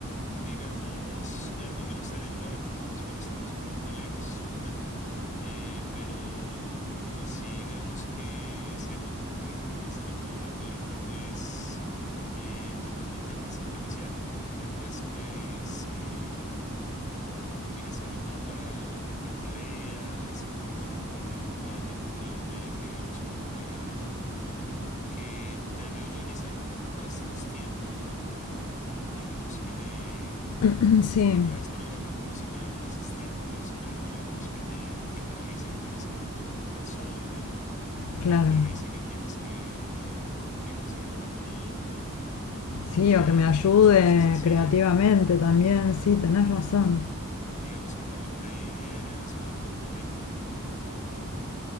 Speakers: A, on the left; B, on the left.
A: Digamos, eh, a mí me gustaría ayudarte, digamos, pero estamos un poco lejos. <laughs> Eh, pero sí, digamos que se me ocurre, pues recomendarte ahorita, pues, eh, tal vez la inteligencia artificial. Tal vez, pues, em, utilizarla como para acortar tareas, como para cuardia- cuadrar reuniones, digamos, como para que te ayude a organizar un poco más los tiempos. Digamos que le
B: <clears throat> Sí,
A: lo puedas programar como si fuera un asistente personal, digamos, que te, que te avise que tienes que llamar a tal persona,
B: claro,
A: que te avise que tienes que, que conseguir tal producto.
B: sí,
A: Eh,
B: o que me ayude
A: digamos cosas así.
B: creativamente también, sí, tenés razón,
A: Digamos que también te dé ideas, por ejemplo, de cómo,